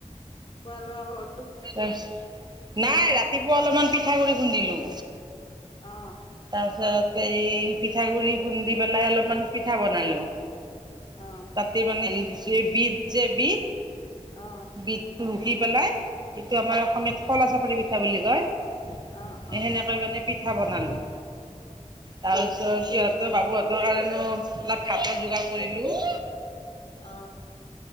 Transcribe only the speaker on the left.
কোৱা লোৱা হল
অ
অ
অ
অ অ
অ